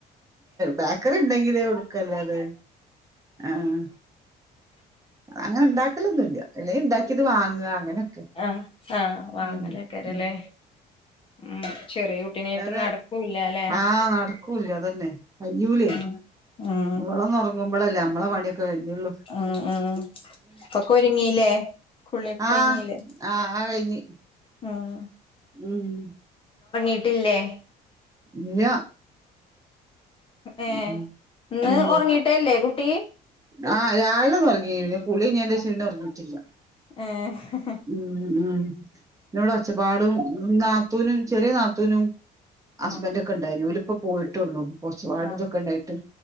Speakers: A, on the right (about 20°); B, on the left (about 30°).
A: ബേക്കറിണ്ടെങ്കില് കൊടുക്കല്ലാതെ ആഹ് അങ്ങനെ ഇണ്ടാക്കലൊന്നുല്ല അല്ലെയിണ്ടാ ക്കിതുവാങ്ങ അങ്ങനൊക്കെ
B: ആഹ് ആഹ് വാങ്ങലേക്കാരല്ലേ
A: ഉം ഉം
B: ഉം ചെറിയ കുട്ടിനെയിട്ട്
A: അല്ലാതെ
B: നടക്കൂല്ലല്ലെ?
A: ആഹ് നടകൂല്യ അതന്നെ കയ്യൂലേഇവളൊന്നൊറങ്ങുമ്പളല്ലേ
B: ഉം ഉം
A: നമ്മളെ പണി ക്കെ കയ്യൊള്ളൂ.
B: ഉം ഉം ഒക്കെ ഒരുങ്ങില്ലേ കുളിയൊക്കെ
A: ആഹ്
B: കഴിഞ്ഞില്ലേ
A: ആ അ കഴിഞ്ഞ്.
B: ഉം
A: ഉം
B: ഇന്നൊറങ്ങീട്ടില്ലേ?
A: ഇല്ല
B: ഏഹ്
A: ഉം
B: ഇന്ന്
A: ഉം
B: ഒറങ്ങിട്ടേല്ലേ കുട്ടി?
A: ആഹ് രാവിലൊന്നറങ്ങി പിന്നെ കുളിയയിഞ്ഞേൻ്റേഷം പിന്നെ ഒറങ്ങീട്ടില്ല.
B: ഏഹ്
A: ഉം ഉം ഇന്ന്വ്ടൊച്ചപ്പാടും നാത്തൂനും ചെറിയ നാത്തൂനും ഹസ്ബൻ്റൊക്കെ
B: ആഹ്
A: ഉണ്ടായിന് ഓലിപ്പോ പോയിട്ടൊള്ളു ഒച്ച്പാടുതൊക്കെണ്ടായിട്ട്
B: ആഹ്